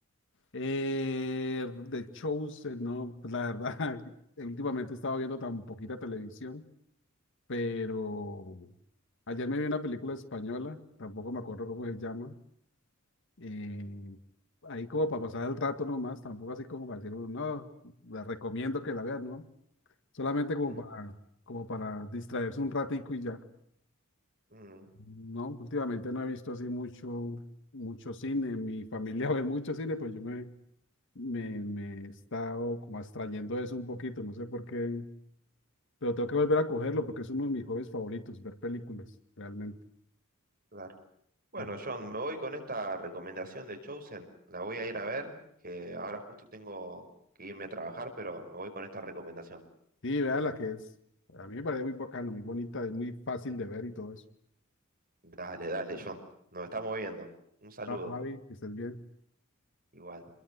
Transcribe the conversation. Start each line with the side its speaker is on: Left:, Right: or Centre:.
Left: Eh, de shows, eh, no, pues, la verdad, <laughs> últimamente he estado viendo tan poquita televisión pero ayer me vi una película española, tampoco me acuerdo cómo se llama, eh, ahí como para pasar el rato nomás, tampoco así como para decir, "Uh, no, la recomiendo que la vean, ¿no? Solamente como
Right: Mm,
Left: para, como para distraerse un ratico y ya.
Right: mm,
Left: No, últimamente no he visto así mucho, mucho cine, mi familia <laughs> ve mucho cine, pues yo me, me, me he estado como abstrayendo de eso un poquito, no sé por qué, pero tengo que volver a cogerlo porque es uno de mis hobbies favoritos, ver películas, realmente.
Right: claro. Bueno,
Left: Ver
Right: John, me voy con esta recomendación de Chosen. La voy a ir a ver, que ahora justo tengo que irme a trabajar, pero me voy con esta recomendación.
Left: Sí, vea la que es. A mí me parece muy bacano, muy bonita, es muy fácil de ver y todo eso.
Right: Dale, dale, John. Nos estamos viendo. Un saludo,
Left: Vamos, Javi, que estés bien.
Right: igual.